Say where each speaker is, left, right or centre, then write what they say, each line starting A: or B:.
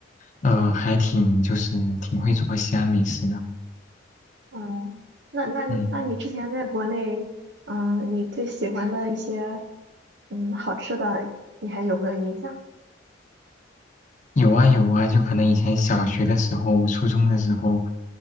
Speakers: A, on the left; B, on the right.
A: 呃，还挺就是挺会做西安美食的。
B: 嗯，那那那你之前在国内，
A: 嗯。
B: 嗯，你最喜欢的一些嗯好吃的，你还有没有印象？
A: 有啊有啊，就可能以前小学的时候、初中的时候，